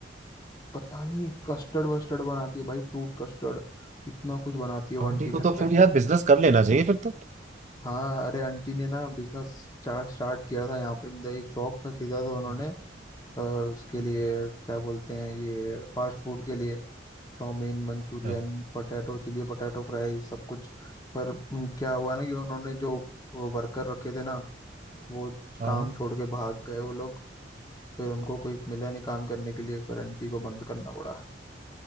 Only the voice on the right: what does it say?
आंटी
को
तो
फिर यार बिजनेस कर लेना चाहिए फिर तो
हम्म,
हम्म।
अच्छा
हाँ